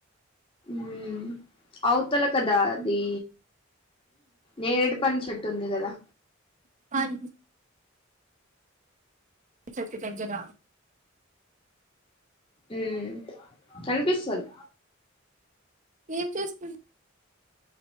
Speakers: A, on the left; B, on the right.
A: ఉమ్ అవతల కదా అది నేరేడు పండు చెట్టు ఉంది కదా.
B: ఆహ్ దూ చెట్టు చంచన.
A: ఉమ్ కనిపిస్తద్
B: ఏం చేస్కూన్